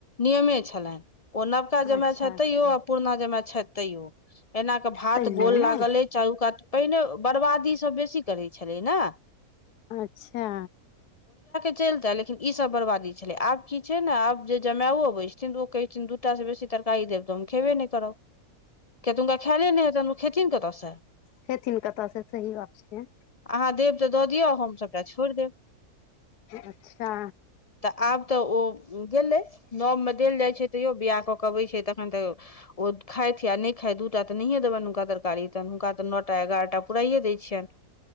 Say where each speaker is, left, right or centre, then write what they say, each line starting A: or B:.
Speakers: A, on the left (about 60°); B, on the left (about 85°).
A: नियमे छलनि ओ नवका जमााय
B: अच्छा
A: छथि
B: अच्छा
A: तैयो आ पुरना जमााय छथि तैयो एना कऽ भात
B: तैयो
A: गोल
B: ने
A: लागल अ चारू कात पहिने बर्बादी सभ बेसी करैत छलै ने
B: अच्छा
A: चलतै लेकिन ई सब बर्बादी छलै आब की छै ने आब जे जमाओ अबै छथिन तऽ ओ कहै छथिन दू टा से बेसी तरकारी देब तऽ हम खेबे नहि करब के तुनका खेले नहि है तन खेथिन कत सँ
B: खेथिन कतऽ सँ सही बात छै
A: अहाँ देब तऽ दऽ दियौ हमसभटा छोड़ि देब
B: अच्छा
A: तऽ आब तऽ ओ गेलै नव मे देल जाय छै तैयो बियाह कऽ के अबै छै तखन तऽ ओ खाइत आ नहि खात दू टा तऽ नहिये देबनि हुनका तरकारी तन हुनका तऽ नओ टा एगारह टा पुराइए दै छियन